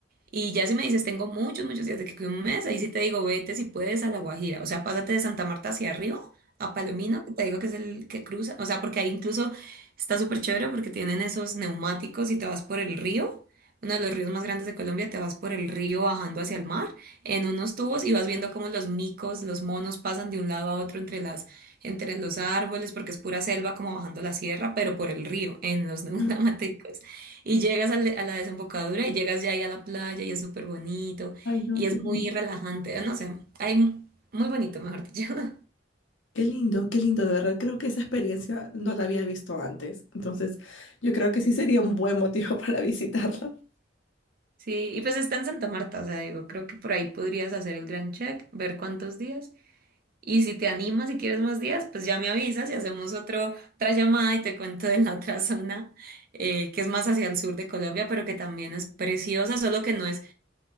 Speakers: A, on the right (about 50°); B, on the left (about 85°).
A: Y ya si me dices, tengo muchos, muchos días de que cuido un mes, ahí sí te digo, vete si puedes a La Guajira. O sea, pásate de Santa Marta hacia arriba, a Palomino, que te digo que es el que cruza. O sea, porque ahí incluso está súper chévere porque tienen esos neumáticos y te vas por el río. Uno de los ríos más grandes de Colombia, te vas por el río bajando hacia el mar en unos tubos y vas viendo cómo los micos, los monos pasan de un lado a otro entre las, entre los árboles, porque es pura selva como bajando la sierra, pero por el río, en los <laughs> neumáticos.
B: Ah,
A: Y llegas al- a la, desembocadura y llegas ya ahí a la playa y es súper bonito
B: Ay, no,
A: y
B: qué
A: es muy
B: lindo.
A: relajante, no sé, hay m- muy bonito, mejor dicho. <laughs>
B: Qué lindo, qué lindo, de verdad. Creo que esa experiencia no la había visto antes. Entonces, yo creo que sí sería un buen motivo <laughs> para visitarlo.
A: Sí, y pues está en Santa Marta, o sea, digo, creo que por ahí podrías hacer el gran check, ver cuántos días. Y si te animas y quieres más días, pues ya me avisas y hacemos otro, otra llamada y te cuento de la otra zona eh, que es más hacia el sur de Colombia, pero que también es preciosa, solo que no es